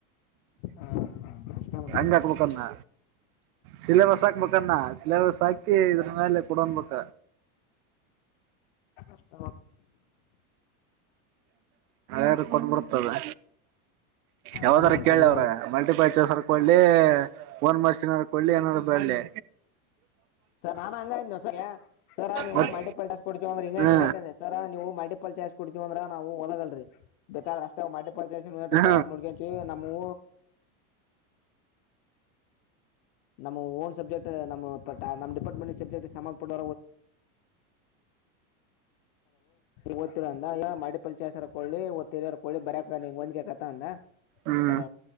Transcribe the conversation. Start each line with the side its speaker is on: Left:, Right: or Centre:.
Left: ಹ್ಮ್ ಹ್ಮ್ ಅಷ್ಟೇ ಮಾಡೋದು
Right: ಹಂಗ ಕುಡ್ಕಣ ಸಿಲೆಬಸ್ ಹಾಕ್ಬೇಕನ್ನ ಸಿಲೆಬಸ್ ಹಾಕಿ ಇದ್ರ ಮೇಲೆ ಕುಡನ್ಬೇಕ
Left: ಕಷ್ಟ
Right: ಅರು ಕೊಟ್ಬರ್ತದೆ
Left: ಹಂಗ
Right: ಯಾವ್ದಾರ
Left: ಮಾಡೋಣ
Right: ಕೇಳವ್ರೆ
Left: ತಡಿ
Right: ಮಲ್ಟಿ ಪರ್ಚಸ್ರ್ ಕೊಡ್ಲಿ ಓನ್ ಮರ್ಸಿನ್ರ ಕೊಡ್ಲಿ ಏನಾರ ಬಡ್ಲಿ
Left: ಸರ್ ನಾನ್ ಹಂಗ ಸರ ನೀವು
Right: ಮತ್
Left: ಮಲ್ಟಿಪಲ್ ಚಾರ್ಸ್ ಕೊಡ್ತೀವಿ ಅಂದ್ರೆ ಹಿಂಗ
Right: ಹಾ
Left: ಡೈರೆಕ್ಟ್ ಅದೆ ಸರ ನೀವು ಮಲ್ಟಿಪಲ್ ಚಾರ್ಜ ಕುಡ್ತಿವ ಅಂದ್ರ ನಾವು ಒಲಗಲ್ರಿ ಬೇಕಾದ್ರ ಅಷ್ಟ್ ಮಾಡೆ ಪಚರ್ತ
Right: ಹಾ
Left: ನೋಡ್ ನಮ್ಮೂ ನಮ್ಮ್ ಓನ್ ಸಬ್ಜೆಕ್ಟ್ ನಮ್ಮ ನಮ್ಮ ಡಿಪಾರ್ಟ್ಮೆಂಟ್ ಸಬ್ಜೆಕ್ಟ್ ಸಂಬಂಧಪಟ್ಟ ವುರ್ ಅಂದ ಯ ಮಾಡ ಚಸರ್ ಕೊಳ್ಳಿ ಒ ತಿರಿರ್ ಕ ಕೊಿ ಬರಕ ನಿ ಒಂದ ಕತ ಅಂದ
Right: ಹ್ಮ್
Left: ಸರ್